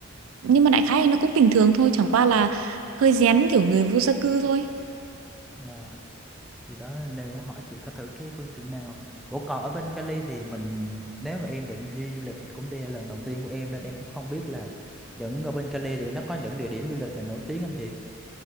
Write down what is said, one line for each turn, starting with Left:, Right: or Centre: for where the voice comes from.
Right: nhưng mà đại khái thì nó cũng bình thường thôi chẳng qua là hơi rén kiểu người vô gia cư thôi
Centre: Ờ. Thì đó nên em muốn hỏi chị có thử cái phương tiện nào. Ủa còn ở bên Cali thì mình nếu mà em định đi du lịch cũng đây là lần đầu tiên của em nên em cũng không biết là những ở bên Cali thì nó có những địa điểm du lịch nào nổi tiếng không chị?